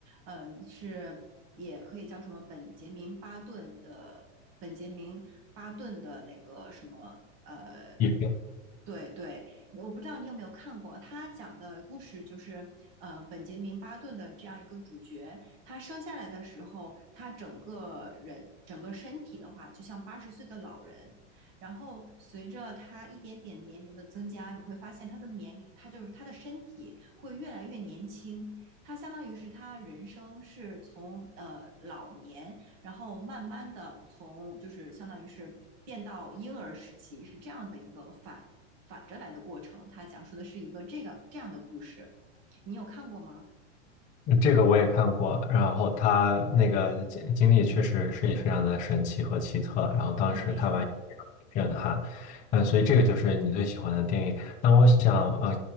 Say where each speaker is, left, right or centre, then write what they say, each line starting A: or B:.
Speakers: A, on the right (about 45°); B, on the left (about 20°).
A: 嗯、是也可以叫什么本杰明·巴顿的本杰明·巴顿的那个什么。呃
B: 影？
A: 对对，我不知道你有没有看过，他讲的故事就是，呃，本杰明·巴顿的这样一个主角，他生下来的时候，他整个人整个身体的话，就像八十岁的老人，然后随着他一点点年龄的增加，你会发现他的年龄，他就是他的身体会越来越年轻，他相当于是他人生是从呃老年，然后慢慢的从就是相当于是。变到婴儿时期是这样的一个反反着来的过程，它讲述的是一个这个这样的故事。你有看过吗？
B: 嗯这个我也看过，然后他那个经经历确实是非常的神奇和奇特，然后当时看完也非常的震撼，
A: 嗯，是的，
B: 嗯，所以这个就是你最喜欢的电影。那我想呃，